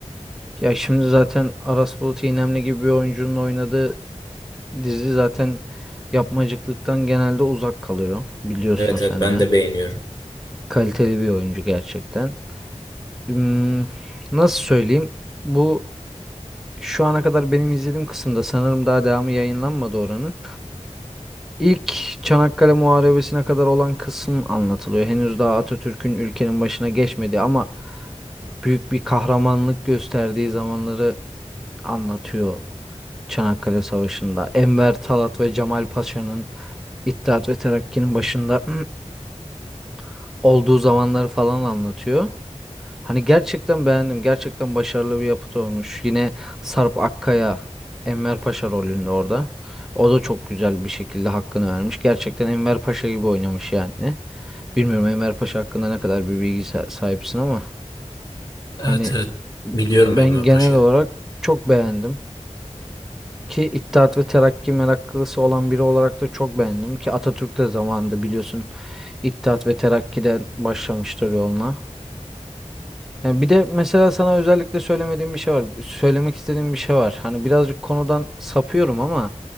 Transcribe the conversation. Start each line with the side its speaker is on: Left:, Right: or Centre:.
Centre: Ya şimdi zaten Aras Bulut İynemli gibi bir oyuncunun oynadığı Dizi zaten yapmacıklıktan genelde uzak kalıyor. Biliyorsun
Left: Evet
Centre: sen
Left: evet ben
Centre: de.
Left: de beğeniyorum.
Centre: Kaliteli bir oyuncu gerçekten. Hmm, nasıl söyleyeyim? Bu şu ana kadar benim izlediğim kısımda sanırım daha devamı yayınlanmadı oranın. İlk Çanakkale Muharebesi'ne kadar olan kısım anlatılıyor. Henüz daha Atatürk'ün ülkenin başına geçmedi ama büyük bir kahramanlık gösterdiği zamanları anlatıyor Çanakkale Savaşı'nda Enver Talat ve Cemal Paşa'nın İttihat ve Terakki'nin başında <clears throat> olduğu zamanları falan anlatıyor. Hani gerçekten beğendim. Gerçekten başarılı bir yapıt olmuş. Yine Sarp Akkaya Enver Paşa rolünde orada. O da çok güzel bir şekilde hakkını vermiş. Gerçekten Enver Paşa gibi oynamış yani. Bilmiyorum Enver Paşa hakkında ne kadar bir bilgi sa- sahipsin ama
Left: Evet
Centre: hani
Left: evet
Centre: ben
Left: biliyorum Enver
Centre: genel
Left: Paşa'yı.
Centre: olarak çok beğendim. Ki İttihat ve Terakki meraklısı olan biri olarak da çok beğendim. Ki Atatürk de zamanında biliyorsun İttihat ve Terakki'den başlamıştır yoluna. Yani bir de mesela sana özellikle söylemediğim bir şey var. Söylemek istediğim bir şey var. Hani birazcık konudan sapıyorum ama